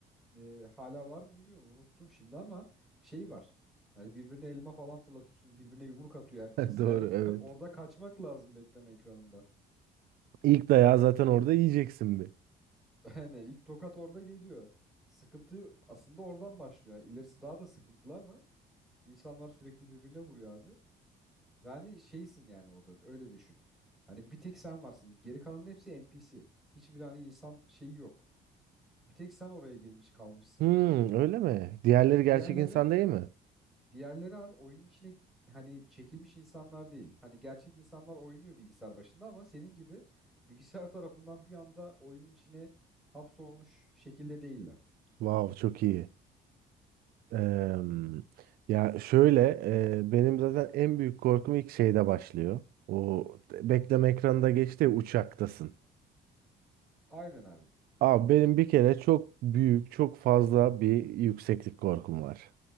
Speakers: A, in the centre; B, on the right.
A: e, hala var mı bilmiyorum unuttum şimdi ama şey var. Hani birbirine elma falan fırlatıyorsun, birbirine yumruk atıyor herkes.
B: Doğru
A: Yani
B: evet.
A: <laughs> orada kaçmak lazım bekleme ekranında.
B: İlk dayağı zaten orada yiyeceksin bir.
A: <laughs> Yani ilk tokat orada geliyor. Sıkıntı aslında oradan başlıyor. Yani ilerisi daha da sıkıntılı ama insanlar sürekli birbirine vuruyor abi. Ve hani şeysin yani orada öyle düşün. Hani bir tek sen varsın. Geri kalanın hepsi NPC. Hiçbir hani insan şeyi yok. Bir tek sen oraya girmiş kalmışsın.
B: Hmm, öyle mi? Diğerleri gerçek
A: Diğerleri
B: insan değil mi?
A: Diğerleri abi oyunun içine hani çekilmiş insanlar değil. Hani gerçek insanlar oynuyor bilgisayar başında ama senin gibi bilgisayar <laughs> tarafından bir anda oyunun içine hapsolmuş şekilde değiller.
B: Wow, çok iyi. Eee, ya şöyle, eee, benim zaten en büyük korkum ilk şeyde başlıyor. O bekleme ekranında geçti ya, uçaktasın.
A: Aynen abi.
B: Abi benim bir kere çok büyük, çok fazla bir yükseklik korkum var.